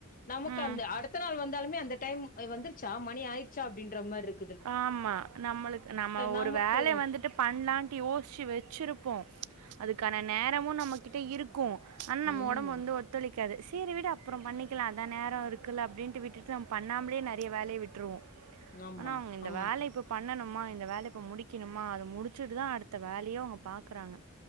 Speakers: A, on the left; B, on the right.
A: நமக்கு
B: ம்
A: அந்த அடுத்த நாள் வந்தாலுமே அந்த டைம் அது வந்துருச்சா மணி ஆயிருச்சா அப்டின்ற மாரி இருக்
B: ஆமா நம்மளுக்கு நம்ம
A: நமக்கு
B: ஒரு வேலைய வந்துட்டு பண்லான்னு ட்டு யோசிச்சு வச்சிருப்போ அதுக்கான நேரமு நம்மகிட்ட இருக் க்கு ஆனா நம்ம
A: ம்
B: ஒடம்பு வந்து ஒத்துழைக் க்காது சேரி விடு அப்புறொ பண்ணிக்கலா அதா நேரோ இருக்குல்ல அப்டின்ட்டு விட்டுட்டு நம்ம பண்ணாமலே நெறைய வேலைய விட்ருவோ
A: ஆமா
B: ஆனா அவுங்க இந்த
A: ஆமா
B: வேல
A: தோழி.
B: இப்ப பண்ணணுமா இந்த வேல இப்ப முடிக்கணுமா அத முடிச்சுட்டு தா அடுத்த வேலயு அவுங்க பாக்குறாங்க